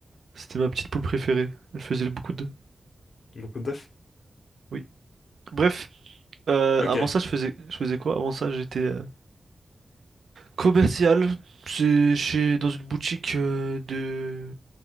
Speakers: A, on the right; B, on the left.
A: C'était ma petite poule préférée. Elle faisait beaucoup d'œufs.
B: Beaucoup d'œufs.
A: Oui. Bref, euh,
B: Ok.
A: avant ça, je faisais, je faisais quoi? Avant ça, j'étais euh, commercial. C'est chez dans une boutique euh, de,